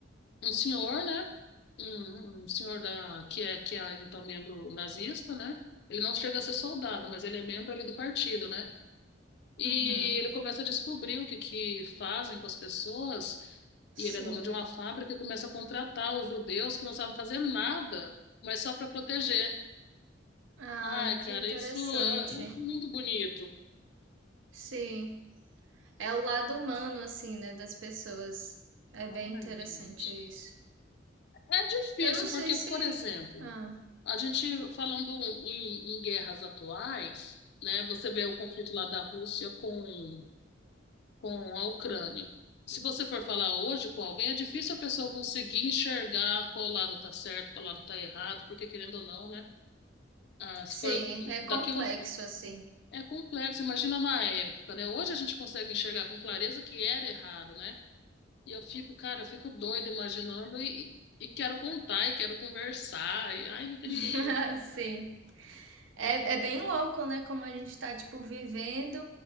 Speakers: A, on the left (about 60°); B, on the right (about 80°).
A: um senhor, né? Um, um senhor da, que é, que é então membro nazista, né? Ele não chega a ser soldado, mas ele é membro ali do partido, né? E
B: Uhum,
A: ele começa a descobrir o que, que fazem com as pessoas,
B: sim.
A: e ele é dono de uma fábrica e começa a contratar os judeus que não sabem fazer nada, mas só para proteger.
B: Ai,
A: Ai, cara,
B: que interessante.
A: isso é, é muito bonito.
B: Sim. É o lado humano, assim, né, das pessoas. É bem
A: Ai,
B: interessante
A: gente.
B: isso.
A: É difícil,
B: Eu não sei
A: porque,
B: se.
A: por exemplo,
B: Ah,
A: A gente falando em, em guerras atuais, né? Você vê o conflito lá da Rússia com, com a Ucrânia. Se você for falar hoje com alguém, é difícil a pessoa conseguir enxergar qual lado está certo, qual lado está errado, porque querendo ou não, né? ah, se
B: sim,
A: for
B: é
A: daqui
B: complexo,
A: uns
B: assim.
A: é complexo, imagina na época, né? Hoje a gente consegue enxergar com clareza que era errado, né? E eu fico, cara, eu fico doida imaginando e, e quero contar, e quero conversar, e ai, não tem
B: <laughs>
A: ninguém aqui.
B: Sim.
A: pra
B: É, é bem louco, né? Como a gente tá, tipo, vivendo